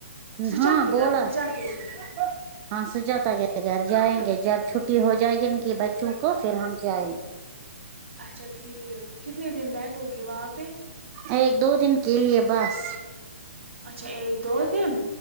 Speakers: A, on the right; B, on the right.
A: سوچا
B: ہاں
A: کے
B: بولا
A: گھر سوچا کے گھر
B: <inaudible> ہاں سجاتا کے گھر جائیں گے جب چھٹی ہو جائے گی ان کی بچوں کو پھر ہم جائیں گے
A: اچھا ٹھیک کتنے دن بیٹھو گی وہاں پہ
B: ایک دو دن کے لیئے بس
A: اچھا ایک دو دن